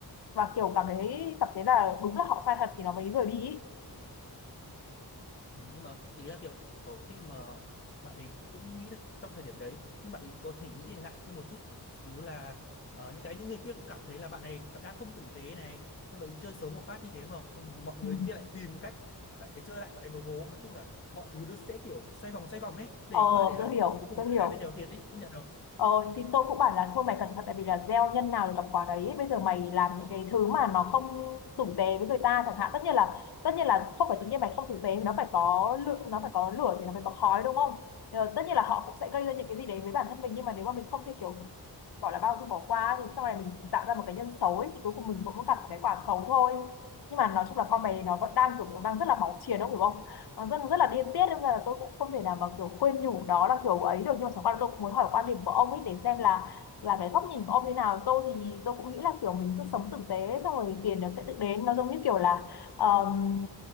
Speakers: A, on the left; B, on the left.
A: và kiểu cảm thấy cảm thấy là đúng là họ sai thật thì nó mới rời đi ý.
B: Ừ, nhưng mà ý là kiểu kiểu khi mà bạn ấy cũng nghĩ được trong thời điểm đấy nhưng bạn ấy có thể nghĩ lại thêm một chút xíu là ờ, những cái những người kia cũng cảm thấy là bạn này đang không tử tế này thế bạn ấy chơi xấu một phát như thế đúng không xong mọi người
A: Ừ.
B: kia lại tìm cách lại chơi lại bạn ấy một vố nói chung là mọi thứ nó sẽ kiểu xoay vòng xoay vòng ấy để
A: ờ
B: qua để lại
A: tôi hiểu
B: đến cuối cùng
A: tôi
B: cả
A: hiểu
B: hai bên đều thiệt đấy bạn không nhận đâu
A: Ờ thì tôi cũng bảo là thôi mày cẩn thận tại vì là gieo nhân nào thì gặp quả đấy bây giờ mày làm
B: Đúng
A: những
B: rồi.
A: cái thứ mà nó không tử tế với người ta chẳng hạn tất nhiên là tất nhiên là không phải tự nhiên mày không tử tế nó phải có lượng nó phải có lửa thì nó mới có khói đúng không Ờ, tất nhiên là họ cũng sẽ gây ra những cái gì đấy với bản thân mình nhưng mà nếu mà mình không thể kiểu gọi là bao dung bỏ qua thì sau này mình tạo ra một cái nhân xấu ấy, thì cuối cùng mình cũng gặp một cái quả xấu thôi nhưng mà nói chung là con mày nó vẫn đang kiểu nó đang rất là máu chiến đúng không nó rất rất là điên tiết nên là tôi cũng không thể nào mà kiểu khuyên nhủ đó là kiểu ấy được nhưng mà chẳng qua là tôi cũng muốn hỏi quan điểm của ông ấy để xem là là cái góc nhìn của ông như nào tôi thì tôi cũng nghĩ là kiểu mình cứ sống tử tế xong rồi tiền nó sẽ tự đến nó giống như kiểu là ờm,